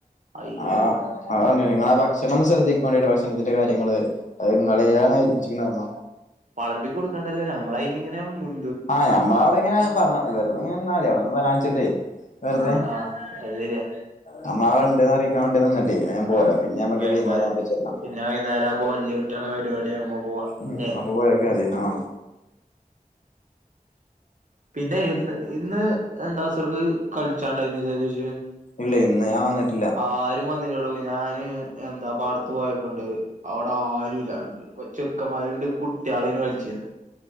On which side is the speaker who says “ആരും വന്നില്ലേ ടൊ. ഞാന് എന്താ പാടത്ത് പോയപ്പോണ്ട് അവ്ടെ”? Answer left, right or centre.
Right